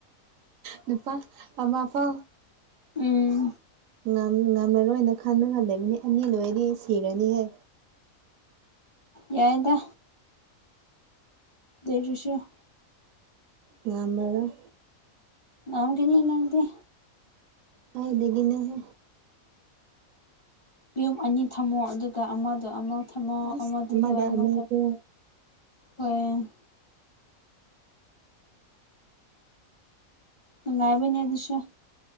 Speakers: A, on the right; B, on the left.
A: ꯅꯨꯄꯥ ꯄꯥꯝꯃꯥꯑꯕꯣ
B: ꯎꯝ
A: ꯉꯝ ꯉꯝꯂꯔꯣꯏꯅ ꯈꯟꯜꯒ ꯂꯩꯕꯅꯤ ꯑꯅꯤ ꯂꯣꯏꯔꯗꯤ ꯁꯤꯔꯅꯤꯍꯦ
B: ꯌꯥꯏꯗ ꯗꯦꯔꯤꯁꯣ
A: ꯉꯝꯃꯔꯣꯏ
B: ꯉꯝꯒꯅꯤ ꯅꯪꯗꯤ
A: ꯀꯥꯏꯗꯒꯤꯅꯣꯍꯦ
B: ꯌꯨꯝ ꯑꯅꯤ ꯊꯝꯃꯣ ꯑꯗꯨꯒ ꯑꯃꯗ ꯑꯃ ꯊꯝꯃꯣ
A: ꯑꯁ
B: ꯑꯃꯗꯨꯗ
A: ꯑꯃꯗ
B: ꯑꯃ
A: ꯑꯃꯗꯣ
B: ꯊꯝꯃꯣ ꯍꯣꯏ ꯅꯨꯉꯥꯏꯕꯅꯤ ꯑꯗꯨꯁꯨ